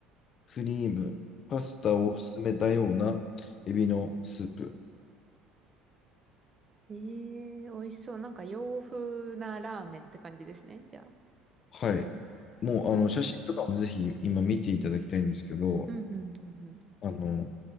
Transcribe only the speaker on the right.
えー、えー美味しそう。なんか洋風なラーメンって感じですね。じゃあ。
ええうんうんうんう